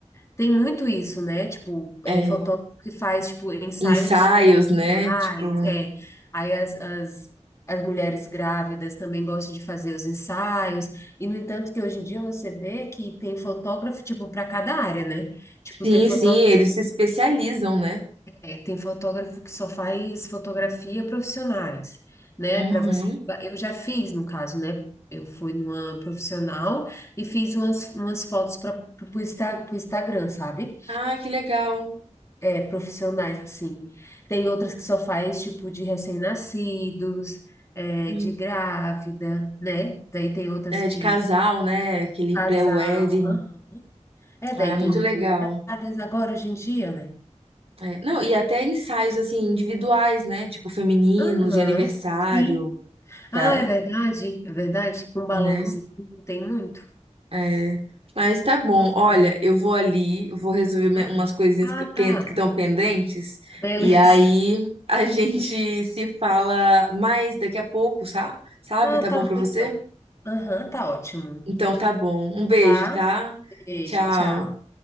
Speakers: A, on the left; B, on the right.
A: tem muito isso, né? Tipo,
B: é
A: é, fotógrafo que faz, tipo, ensaios
B: ensaios, né?
A: mais,
B: Tipo,
A: é. Aí as, as, as mulheres grávidas também gostam de fazer os ensaios. E, no entanto, que hoje em dia você vê que tem fotógrafo, tipo, para cada área, né? Tipo,
B: sim,
A: tem fotó
B: sim, eles se especializam, né?
A: é, tem fotógrafo que só faz fotografia profissionais, né?
B: Uhum.
A: Para você... Eu já fiz, no caso, né? Eu fui numa profissional e fiz umas, umas fotos para o Instagram, sabe?
B: Ah, que legal.
A: é, profissionais, assim. Tem outras que só faz, tipo, de recém-nascidos, é,
B: Hum.
A: de grávida, né? Daí tem outras
B: É,
A: que
B: de casal, né? Aquele
A: casal.
B: pré-wedding.
A: hã? É, daí
B: Ah, é muito
A: tem
B: legal.
A: várias agora hoje em dia, né?
B: É, Não, e até ensaios, assim, individuais, né? Tipo, femininos,
A: Aham,
B: de aniversário,
A: sim.
B: que
A: Ah,
B: a-
A: é verdade, é verdade. Com balãozinho
B: né?
A: tem muito.
B: É, mas tá bom.
A: Nossa,
B: Olha,
A: é.
B: eu vou ali, eu vou resolver me-
A: Aham.
B: umas coisinhas
A: Ah,
B: que
A: tá.
B: estão pendentes
A: Beleza.
B: e aí
A: <laughs>
B: a <laughs> gente se fala mais daqui a pouco, sa- sabe?
A: Ah,
B: Tá
A: tá
B: bom
A: bom
B: pra você?
A: então. Aham, tá ótimo.
B: Então tá bom. Um beijo,
A: Tá?
B: tá?
A: Beijo,
B: Tchau.
A: tchau.